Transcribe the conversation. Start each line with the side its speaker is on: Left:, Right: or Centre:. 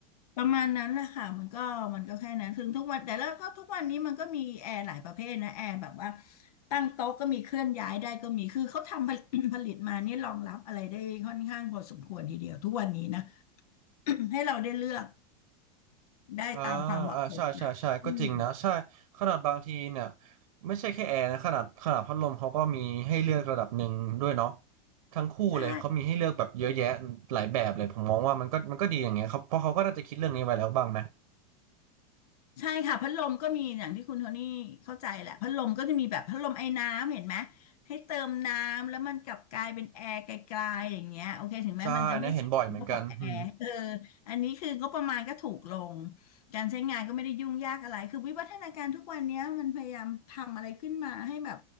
Left: ประมาณนั้นแหละค่ะมันก็มันก็แค่นั้นถึงทุกวันแต่แล้วก็ทุกวันนี้มันก็มีแอร์หลายประเภทนะแอร์แบบว่าตั้งโต๊ะก็มีเคลื่อนย้ายได้ก็มีคือเขาทำผลิต <coughs> ผลิตมานี่รองรับอะไรได้ค่อนข้างพอสมควรทีเดียวทุกวันนี้นะ <coughs> ให้เราได้เลือกได้ตามความเหมาะสมนะอืม
Right: อ่าอ่าใช่ใช่ใช่ก็จริงนะใช่ขนาดบางทีเนี่ยไม่ใช่แค่แอร์นะขนาดขนาดพัดลมเขาก็มีให้เลือกระดับหนึ่งด้วยเนาะทั้งคู่เลยเขามีให้เลือกแบบเยอะแยะหลายแบบเลยผมมองว่ามันก็มันก็ดีอย่างเงี้ยครับเพราะเขาก็น่าจะคิดเรื่องนี้ไว้แล้วบ้างไหม
Left: ใช่ ใช่ค่ะพัดลมก็มีอย่างที่คุณโทนี่เข้าใจแหละพัดลมก็จะมีแบบพัดลมไอ้น้ำเห็นไหมให้เติมน้ำแล้วมันกลับกลายเป็นแอร์ไกลๆอย่างเงี้ยโอเคถึงแม้มันจะไม่ใช่เท่ากับแอร์เออ
Right: ใช่อันนะเห็นบ่อยเหมือนกันอืม
Left: อันนี้คืองบประมาณก็ถูกลงการใช้งานก็ไม่ได้ยุ่งยากอะไรคือวิวัฒนาการทุกวันเนี้ยมันพยายามทำอะไรขึ้นมาให้แบบ